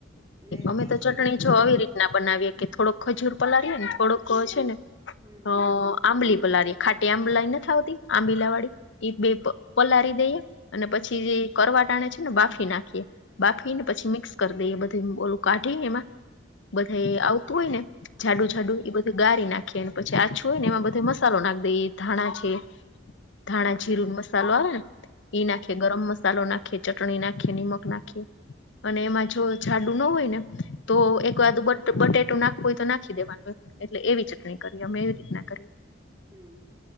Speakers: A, on the right; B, on the left.
A: એટલે ટેસ્ટી
B: હવે તો ચટણી
A: બની જાય
B: આવી રીતે ના બનાવીએ કે થોડોક ખજૂર પાળીએ ને થોડોક ને
A: હમ્મ
B: હ આંબલી પલાડી ખાટી આંબલા નથી આંબીલા વાળી એ બે પલારી દઈએ અને પછી જે કરવાટાને છે ને બાફી નાખીએ બાફીને પછી મિક્સ કરી દઈએ બધી ઓલું કાઢી એમાં બધે આવતું હોય ને જાડુ જાડુ એ બધું ગારી નાખીએને પછી આ છુંય ને એમાં બધે મસાલો નાખીએ ધાણા છે ધાણા જીરું મસાલો આવે ને એઈ નાખે ગરમ મસાલો નાખે કે ચટણી નાખી નિમક નાખીએ અને એમાં જો જાડું ના હોય ને તો એકાદું બટેટું નાખવું હોય તો નાખી દેવાનું એટલે એવી ચટણી કરીએ અમે એવી રીતના કરીએ
A: હમ્મ